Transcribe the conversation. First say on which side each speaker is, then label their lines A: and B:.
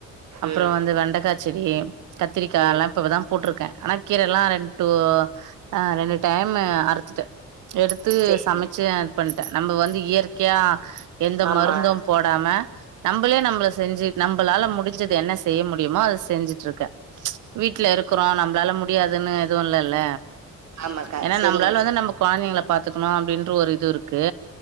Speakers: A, on the right; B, on the right.
A: அப்பறோ
B: ம்.
A: வந்து வெண்டைக்கா செடி கத் <unintelligible> இப்பதா
B: ம்.
A: போ போட்ருக்கே ஆனா ப் கீரைல்லா ரெண்டு டூ ஆ ரெண்டு டைமு அறுத்துட்டே எடுத்து
B: சரிங்க.
A: சமைச்சு பண்ட்டே நம்ம வந்து இயற் கையா எந்த
B: ஆமா.
A: மருந்தும் போடாம நம்பளே நம்பள செஞ்சு நம்பளால முடிஞ்சது என்ன செய்ய முடியுமோ அத செஞ்சுட்ருக்கே வீட்டு்ல இருக்குறோ நம்பளால முடியாதுன்னு எதுவு இல்லேல்ல
B: ஆமாக்கா.
A: ஏன்னா
B: சரிங்க.
A: நம்மளால வந்து நம்ம கொழந்தைங்கள பாத்துக்கணு அப்டின் ட்ரு ஒரு இது இருக்கு